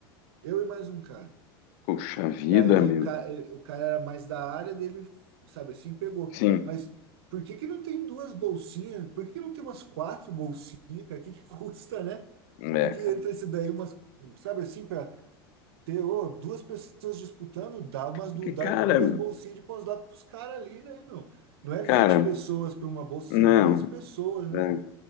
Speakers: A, on the right; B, on the left.
A: Eu e mais um cara.
B: Puxa vida,
A: Daí
B: meu.
A: o cara, o cara era mais da área dele, sabe assim, pegou.
B: Sim,
A: Mas por que que não tem duas bolsinhas? Por que que não tem umas quatro bolsinhas, cara? O que que <laughs> custa, né?
B: é,
A: O que que
B: cara.
A: entra esse daí, umas, sabe assim, para Ter, ô, duas pessoas disputando, dá, mas du-
B: É que,
A: dá
B: cara,
A: duas bolsinhas de pós-doc pros caras ali, né, meu? Não é
B: cara,
A: 20 pessoas para uma bolsa,
B: não.
A: são duas pessoas,
B: né?
A: né?